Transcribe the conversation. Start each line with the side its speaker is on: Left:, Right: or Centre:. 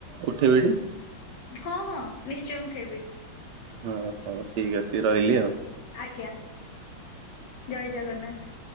Right: ଉଠେଇବି ଟି?
Left: ହଁ ହଁ ନିଶ୍ଚୟ ଉଠେଇବି।
Right: ଓ ହଉ ଠିକ ଅଛି ରହିଲି ଆଉ।
Left: ଆଜ୍ଞା। ଜୟ ଜଗନ୍ନାଥ।